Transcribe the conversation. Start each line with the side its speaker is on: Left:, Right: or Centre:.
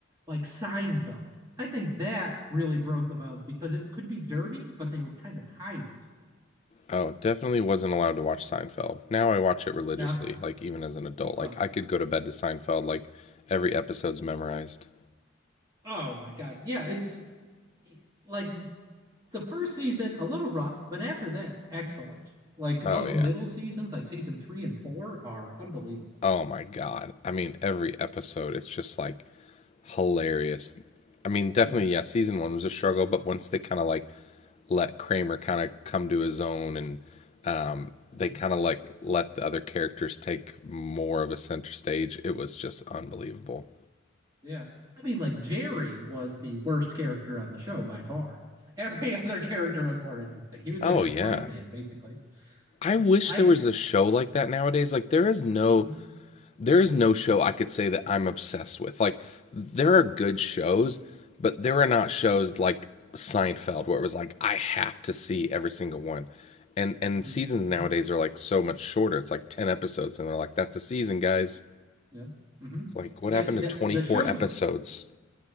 Right: like Seinfeld. I think that really broke the violence because it could be dirty, but they would kind of hide it.
Left: Oh, definitely wasn't allowed to watch Seinfeld. Now I watch it religiously,
Right: Now,
Left: like even as an adult.
Right: oh,
Left: Like I could go to bed to Seinfeld, like every episode's memorized.
Right: oh my God. Yeah, it's like the first season, a little rough, but after that, excellent. Like those
Left: Oh yeah.
Right: middle seasons, like season three and four, are unbelievable.
Left: Oh my God. I mean, every episode, it's just like hilarious. I mean, definitely,
Right: Yeah.
Left: yeah, season one was a struggle, but once they kind of like let Kramer kind of come to his own and um,
Right: Mm-hmm.
Left: they kind of like let the other characters take more of a center stage, it was just unbelievable.
Right: Yeah. I mean, like Jerry was the worst character on the show by far. <laughs> Every other character was more interesting. He was
Left: Oh
Right: like the
Left: yeah.
Right: straight man, basically.
Left: I
Right: Uh,
Left: wish
Right: I,
Left: there was a show like that nowadays. Like there is no
Right: mhm,
Left: there is no show I could say that I'm obsessed with. Like there are good shows, but there are not shows like Seinfeld where it was like I have to see every single one. And and
Right: mhm,
Left: seasons
Right: mhm,
Left: nowadays are like so much shorter. It's like 10 episodes and they're like that's a season, guys.
Right: yeah, mhm.
Left: It's like what
Right: Yeah,
Left: happened
Right: the
Left: to 24
Right: the show
Left: episodes?